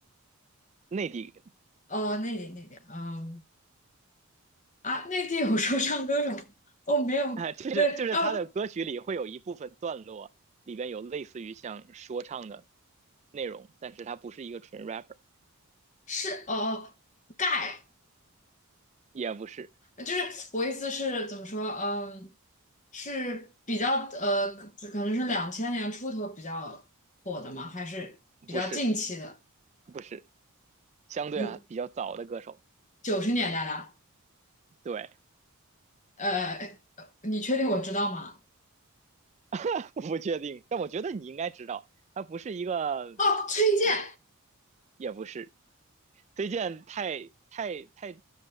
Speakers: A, on the right (about 30°); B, on the left (about 35°).
A: 内地
B: 哦，那里那里，嗯。啊，内地有说唱歌手？哦，没有，
A: <laughs> 啊、就是就是他的歌曲里会有一部分段落里边有类似于像说唱的
B: 没有，哦，
A: 内容，但是他不是一个纯 rapper，
B: 是哦，哦，盖，
A: 也不是，
B: 就是我意思是怎么说？嗯，是比较呃，可可能是两千年出头比较火的嘛，还是比较近期的？
A: 不是，不是，相对啊比较早的歌手，
B: 不，九十年代的。
A: 对，
B: 呃，你确定我知道吗？
A: <laughs> 我不确定，但我觉得你应该知道，他不是一个，
B: 哦，崔健，
A: 也也不是，崔健太太太